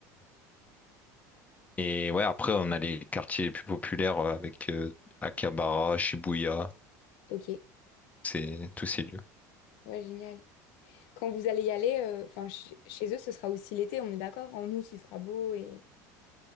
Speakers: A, on the left; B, on the left.
A: Et ouais, après, on a les quartiers les plus populaires euh, avec euh, Akihabara, Shibuya,
B: Ok,
A: c'est tous ces lieux.
B: ouais, génial. Quand vous allez y aller, euh, enfin chez chez eux, ce sera aussi l'été, on est d'accord? En août, il fera beau et...